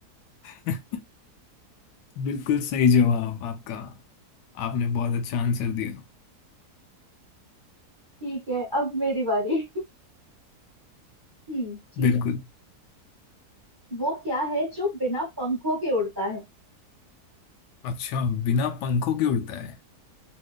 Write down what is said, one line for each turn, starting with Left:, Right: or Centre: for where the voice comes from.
Left: <laughs> बिल्कुल सही जवाब आपका आपने बहुत अच्छा आंसर दिया
Right: ठीक है अब मेरी बारी हम्म ठीक
Left: बिल्कुल
Right: है वो क्या है जो बिना पंखों के उड़ता है
Left: अच्छा बिना पंखों के उड़ता है